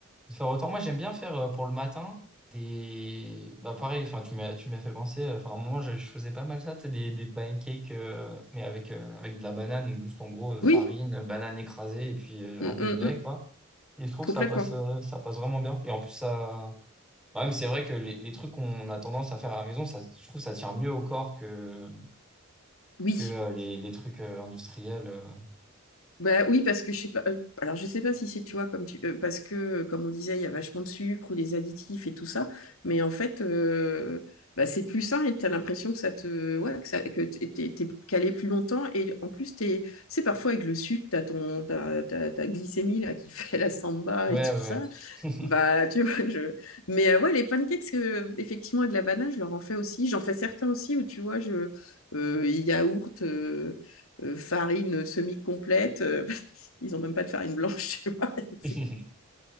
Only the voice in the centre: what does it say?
De faire autant. Moi, j'aime bien faire euh, pour le matin des. Bah, pareil, enfin, tu m'as, tu m'as fait penser. euh, Enfin, à un moment, je, je faisais pas mal ça, tu sais, des, des pancakes, euh, mais avec, euh, avec de la banane, donc juste en gros, euh,
farine, euh, banane écrasée et puis euh,
un peu
de lait,
quoi. Et je trouve
que ça passe, euh, ça passe vraiment bien. Et en plus, ça. Bah, même, c'est vrai que les, les trucs qu'on a tendance à faire à la maison, ça, je trouve que ça tient mieux au corps que,
que euh, les, les trucs euh, industriels. euh.
Ouais,
ouais,
ouais.
<laughs>